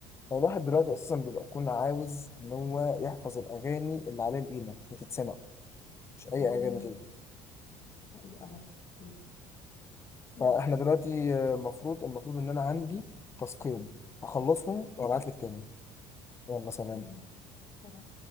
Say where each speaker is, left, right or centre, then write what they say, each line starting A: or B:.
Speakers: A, on the left (about 25°); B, on the left (about 45°).
A: هو الواحد دلوقتي اساسا بيبقى كل عاوز ان هو يحفظ الاغاني اللي عليها القيمه اللي تتسمع مش اي
B: مم.
A: اغاني كده
B: حقيقة برضه. حقيقة. يلا
A: فاحنا دلوقتي آه، المفروض المفروض ان انا عندي تاسكين هخلصهم وابعت لك تاني يلا سلام
B: تمام سلام.